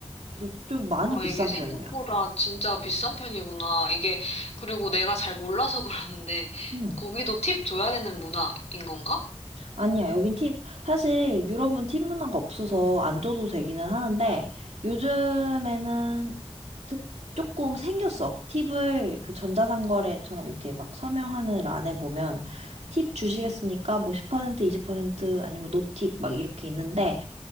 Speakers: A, on the right; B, on the left.
A: 그래서 좀 많이
B: 어,
A: 비싼
B: 이게 생각보다
A: 편이야.
B: 진짜 비싼 편이구나. 이게, 그리고 내가 잘 몰라서 <laughs> 그러는데,
A: 음.
B: 거기도 팁 줘야 되는 문화인 건가?
A: 아니야, 여긴 팁, 사실 유럽은 팁 문화가 없어서 안 줘도 되기는 하는데, 요즘에는 특, 조금 생겼어. 팁을 그 전자상거래처럼 이렇게 막 서명하는 란에 보면, 팁 주시겠습니까? 뭐 10%, 20%, 아니면 노팁 막 이렇게 있는데,